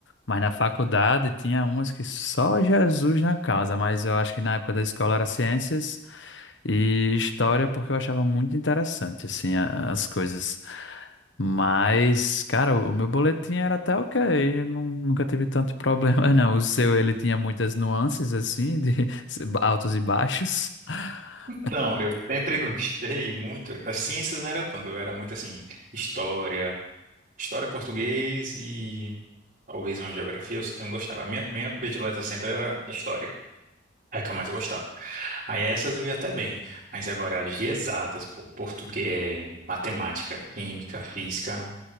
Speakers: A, on the left; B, on the right.
A: mas na faculdade tinha umas que só Jesus na causa, mas eu acho que na época da escola era ciências e história, porque eu achava muito interessante, assim, a- as coisas. Mas, cara, o meu boletim era até ok, eu não- nunca tive tanto <laughs> problema, não. O seu, ele tinha muitas nuances, assim, de <laughs> altos e baixos. <laughs>
B: Então, eu sempre <laughs> gostei muito, as ciências não era tanto, eu era muito assim, história, história português e talvez uma geografia, eu eu não gostava. A minha, minha predileta sempre era história. É a que eu mais gostava. Aí essas eu ia até bem. Mas agora, as de exatas, pô, português, matemática, química, física,